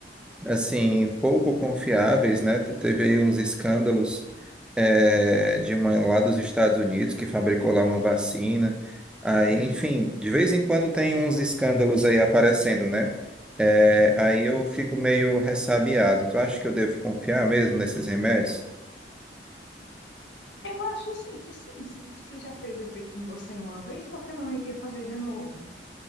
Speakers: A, in the centre; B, on the left (about 75°).
A: assim, pouco confiáveis, né? Teve aí uns escândalos é, de uma lá dos Estados Unidos que fabricou lá uma vacina. Aí, enfim, de vez em quando tem uns escândalos aí aparecendo, né? É, aí eu fico meio ressabiado. Tu acha que eu devo confiar mesmo nesses remédios?
B: Eu acho sim que sim. Se, se já fez efeito em você uma vez, por que não iria fazer de novo?